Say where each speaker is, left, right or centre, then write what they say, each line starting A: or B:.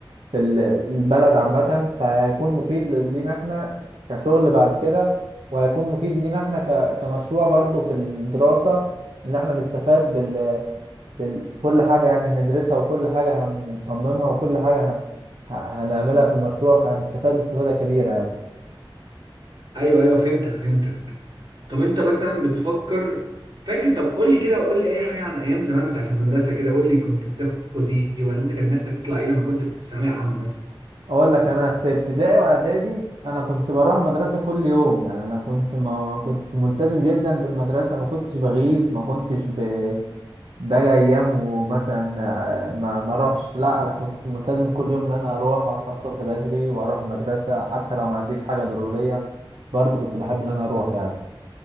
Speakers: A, on the right; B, on the right.
A: في ال- البلد عامه فهيكون مفيد ل- لينا احنا كشغل بعد كده وهيكون مفيد لينا احنا ك... كمشروع برضو في الدراسه ان احنا نستفاد بال... بال... كل حاجه يعني هندرسها وكل حاجه هنصممها وكل حاجه ه... ه- هنعملها في المشروع فهنستفاد استفاده كبيره يعني
B: ايوه ايوه فهمتك فهمتك طب انت مثلا بتفكر فاكر طب قول لي كده قول لي اي حاجه عن ايام زمان بتاعت المدرسه كده قول لي كنت بتاخد ايه ولا انت كان نفسك تطلع ايه لما كنت في ثانويه عامه مثلا
A: اقول لك انا في ابتدائي واعدادي انا كنت بروح المدرسه كل يوم يعني انا كنت ما كنت ملتزم جدا بالمدرسه ما كنتش بغيب ما كنتش ب... باجي ايام ومثلا آه، ما ما اروحش لا انا كنت ملتزم كل يوم ان انا اروح اصحى الصبح بدري واروح المدرسه حتى لو ما عنديش حاجه ضروريه برضو كنت بحب ان انا اروح يعني